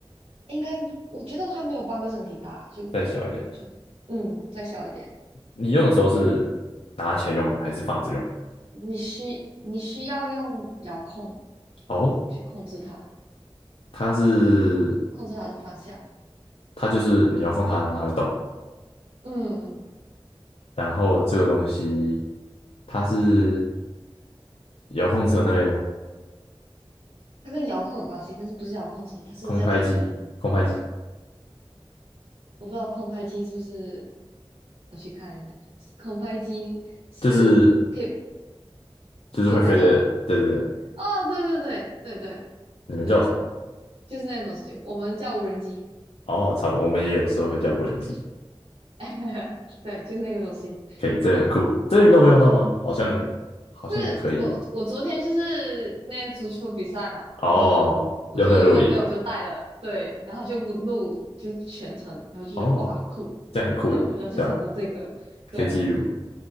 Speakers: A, on the right; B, on the left.
A: 应该我觉得它没有半个身体大，就
B: 再小一点。
A: 就嗯再小一点。
B: 你用的时候是拿起来用吗？还是放着用？
A: 你需你需要用遥控
B: 哦，
A: 去控制它，
B: 它是，
A: 控制它的方向。
B: 它就是你遥控它，然后它会动。
A: 嗯，嗯，
B: 然后这个东西，它是遥控车那类的吗？
A: 它跟遥控有关系，但是不是遥控车，它是在天空的。
B: 空拍机，空拍机
A: 我不知道空拍机是不是我去看一下，空拍机是可以
B: 就是就是会飞的，
A: 可以拍照的。
B: 对对对，
A: 哦，对对对对对
B: 你们叫什么啊
A: 对，就是那个东西，我们叫无人机。
B: 哦，差不多，我们也有时候会叫无人机。
A: <laughs> 对，就是那个东西。
B: 可以，这个很酷。这个运动会用到吗？好像好像也可以
A: 这我我昨天就是那个足球比赛嘛，
B: 哦，
A: 然后我就有一个朋友就带了，
B: 用那个录影
A: 对，然后就录录就全程，然后就觉得哇酷，
B: 哦，这样很酷诶，
A: <laughs> 然后就想到这个，
B: 对吧？
A: 对啊，
B: 可以记录。